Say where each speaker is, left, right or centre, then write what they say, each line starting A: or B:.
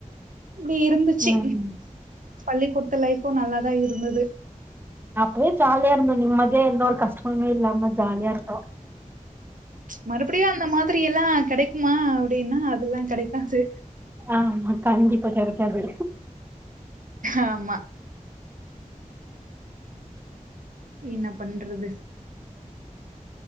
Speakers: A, on the right (about 75°); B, on the right (about 15°).
A: இப்டி இருந்துச்சு
B: ம்
A: பள்ளிக்கூட்த்து லைஃபு நல்லாதா இருந்தது
B: அப்பவே ஜாலியா இருந்தோ நிம்மதியா எந்த ஒரு கஷ்டமே இல்லாம ஜாலியா இருந்தோ
A: மறுபடியு அந்த மாதிரியெல்லா கெடைக்குமா அப்டின்னா அதெல்லா கெடைக்காது
B: ஆமா கண்டிப்பா கெடைக்காது
A: ஆமா என்ன பண்றது